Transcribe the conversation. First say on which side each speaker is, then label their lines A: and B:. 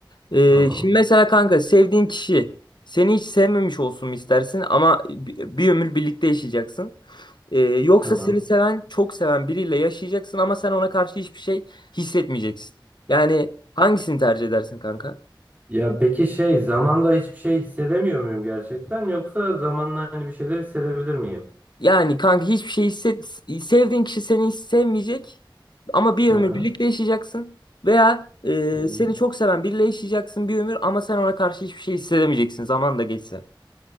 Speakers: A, on the left; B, on the right.
A: Ee,
B: tamam,
A: şimdi mesela kanka sevdiğin kişi seni hiç sevmemiş olsun mu istersin ama bi- bir ömür birlikte yaşayacaksın. Ee, yoksa
B: tamam.
A: seni seven, çok seven biriyle yaşayacaksın ama sen ona karşı hiçbir şey hissetmeyeceksin. Yani hangisini tercih edersin kanka?
B: Ya peki şey zamanla hiçbir şey hissedemiyor muyum gerçekten yoksa zamanla hani bir şeyler hissedebilir miyim?
A: Yani kanka hiçbir şey hisset sevdiğin kişi seni hiç sevmeyecek ama bir
B: Ha,
A: ömür birlikte yaşayacaksın veya e,
B: tamam.
A: seni çok seven biriyle yaşayacaksın bir ömür ama sen ona karşı hiçbir şey hissedemeyeceksin zaman da geçse.